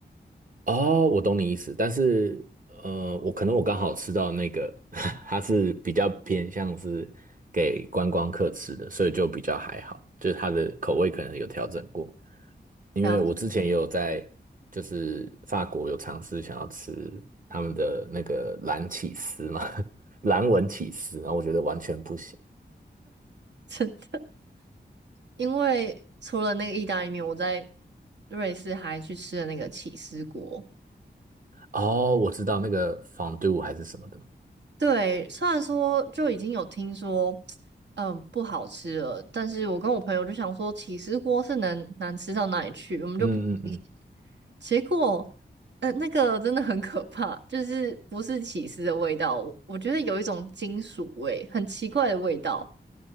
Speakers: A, on the right (about 50°); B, on the right (about 85°).
A: 哦，我懂你意思，但是呃，我可能我刚好吃到那个，<laughs> 它是比较偏向是给观光客吃的，所以就比较还好，就是它的口味可能有调整过。因为我之前也有在就是法国有尝试想要吃他们的那个蓝起司嘛，
B: 然后，
A: <laughs> 蓝纹起司，然后我觉得完全不行。
B: <laughs> 真的因为除了那个意大利面，我在瑞士还去吃了那个起司锅。
A: 哦，我知道那个 f o n d 还是什么的。
B: 对，虽然说就已经有听说，嗯，不好吃了，但是我跟我朋友就想说，起司锅是能难吃到哪里去，我们就不信，
A: 嗯嗯嗯。
B: <laughs> 结果，呃，那个真的很可怕，就是不是起司的味道，我觉得有一种金属味，很奇怪的味道。